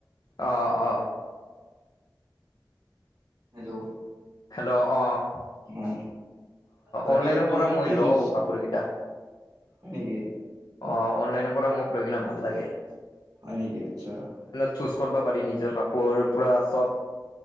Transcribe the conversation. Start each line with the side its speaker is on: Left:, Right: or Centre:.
Left: অ অ
Right: হেল্ল'
Left: হেল্ল' অ অহ
Right: অ বাকী
Left: অনলাইনৰ
Right: তোমাৰ
Left: পৰা মই
Right: কি
Left: লওঁ
Right: যুজ
Left: কা পোৰ কেইটা
Right: হয় নেকি?
Left: অ অনলাইনৰ পৰা মোক লৈ কিনে ভাল লাগে।
Right: হয় নেকি আতছা।
Left: চুচ কৰিব পাৰি নিজৰ কাপোৰ পুৰা চব